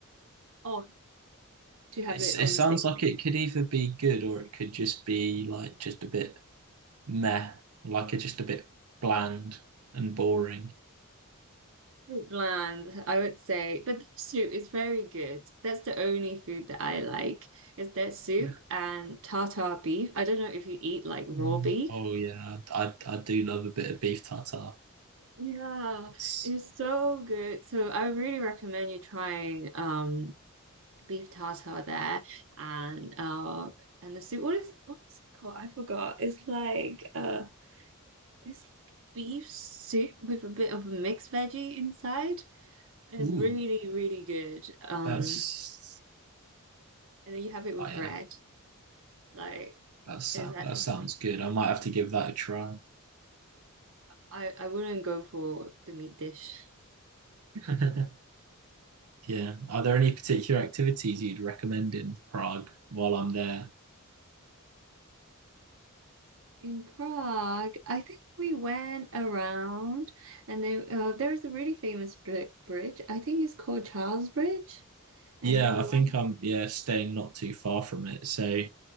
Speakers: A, on the right; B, on the right.
A: odd to have
B: It's,
A: it
B: it
A: on
B: sounds
A: the same
B: like
A: thing.
B: it could either be good or it could just be like just a bit meh, like it's just a bit bland and boring.
A: Bland, I would say. But the soup is very good. That's the only food that I like is that soup
B: Yeah.
A: and tartar beef. I don't know if you eat like raw
B: Mm.
A: beef.
B: Oh yeah, I, I I do love a bit of beef tartare.
A: Yeah,
B: It's,
A: it's so good. So I really recommend you trying um beef tartar there and uh and the soup. What is what's it called? I forgot. It's like uh it's like beef soup with a bit of mixed veggie inside. It's
B: ooh,
A: really, really good. Um
B: that's
A: and then you have it with
B: I
A: bread. Like
B: That sound
A: it's actually
B: that sounds
A: amazing.
B: good. I might have to give that a try.
A: I I wouldn't go for the meat dish.
B: Yeah. <laughs> Yeah. Are there any particular activities you'd recommend in Prague while I'm there?
A: In Prague, I think we went around, and then uh, there is a really famous bri bridge. I think it's called Charles Bridge.
B: Yeah,
A: And then we
B: I
A: went
B: think I'm yeah, staying not too far from it. So